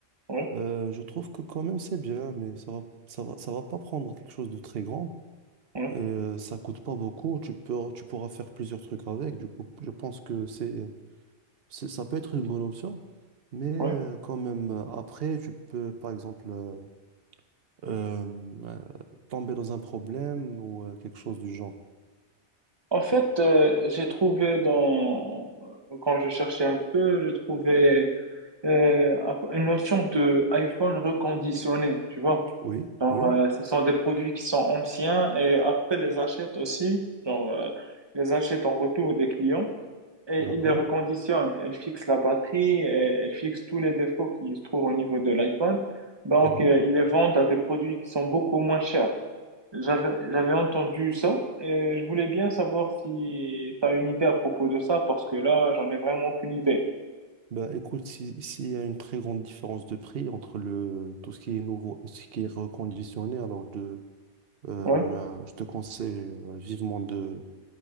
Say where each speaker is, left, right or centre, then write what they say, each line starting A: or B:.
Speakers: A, on the right; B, on the right.
A: oui,
B: euh, je trouve que quand même c'est bien, mais ça va, ça va, ça va pas prendre quelque chose de très grand.
A: oui,
B: Et euh, ça coûte pas beaucoup, tu peux, tu pourras faire plusieurs trucs avec. Du coup, je pense que c'est, c'est- ça peut être une bonne option. Mais euh,
A: oui.
B: quand même, euh, après, tu peux, par exemple, euh, euh, euh, tomber dans un problème ou euh, quelque chose du genre.
A: En fait, euh, j'ai trouvé dans quand je cherchais un peu, je trouvais euh, une notion de iPhone reconditionné, tu vois.
B: Oui,
A: Genre,
B: oui,
A: euh, ce sont des produits qui sont anciens et Apple les achète aussi, genre euh, les achète en retour des clients et
B: d'accord.
A: ils les reconditionnent. Elles fixent la batterie, et elles fixent tous les défauts qui se trouvent au niveau de l'iPhone. Donc,
B: Mhm.
A: euh, ils les vendent à des produits qui sont beaucoup moins chers. J'avais, j'avais entendu ça et je voulais bien savoir si tu as une idée à propos de ça parce que là, j'en ai vraiment aucune idée.
B: Bah, écoute, si, s'il y a une très grande différence de prix entre le, tout ce qui est nouveau et ce qui est reconditionné, alors de, euh,
A: Ouais,
B: bah, je te conseille euh, vivement de